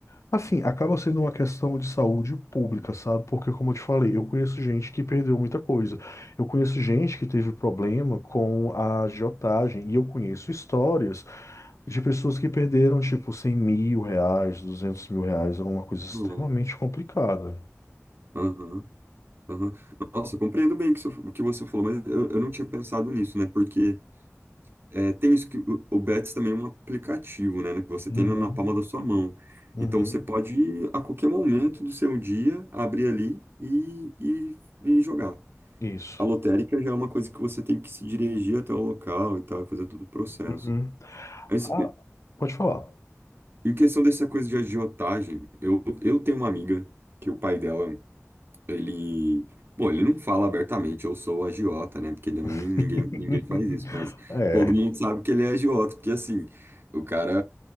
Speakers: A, on the left (about 70°); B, on the right (about 45°).
A: Assim, acaba sendo uma questão de saúde pública, sabe? Porque, como eu te falei, eu conheço gente que perdeu muita coisa. Eu conheço gente que teve problema com a agiotagem. E eu conheço histórias de pessoas que perderam, tipo, cem mil reais, duzentos mil reais, alguma coisa extremamente
B: Hum.
A: complicada.
B: Aham, aham. Nossa, eu compreendo bem o que você o que você falou, mas eu, eu não tinha pensado nisso, né? Porque É, tem isso que o, o Betis também é um aplicativo, né, que você
A: Uhum,
B: tem na, na palma da sua mão.
A: uhum,
B: Então você pode a qualquer momento do seu dia abrir ali e, e, e jogar.
A: isso.
B: A lotérica já é uma coisa que você tem que se dirigir até o local e tal, fazer todo o processo.
A: Uhum.
B: Mas
A: Ah,
B: eh,
A: pode falar.
B: em questão dessa coisa de agiotagem, eu, eu tenho uma amiga que o pai dela ele, bom, ele não fala abertamente, eu sou agiota, né? Porque também
A: <laughs>
B: ninguém, ninguém faz isso, mas
A: É,
B: todo mundo sabe que ele é agiota, porque assim, o cara,